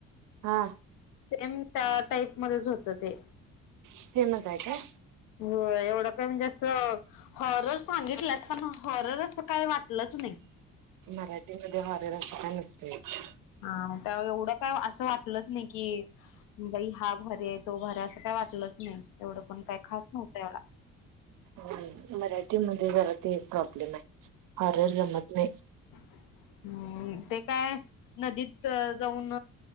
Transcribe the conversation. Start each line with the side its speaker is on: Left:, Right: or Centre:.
Right: हा
Left: सेम त्या टाईपमध्येच होतं ते
Right: सेमच हाय काय
Left: होय एवढं पण म्हणजे असं हॉरर सांगितल्यात पण हॉरर असं काही वाटलंच नाही
Right: मराठीमध्ये हॉरेर अस काय नसतंच
Left: हा त्या एवढं काय असं वाटलंच नाही की बाई हा भारी आहे तो भारी असं काही वाटलंच नाही एवढं पण काय खास नव्हतं एवढा
Right: ह मराठीमध्ये जरा ते प्रॉब्लेम आहे हरर जमत नाही
Left: <inaudible> हम्म ते काय नदीत जाऊन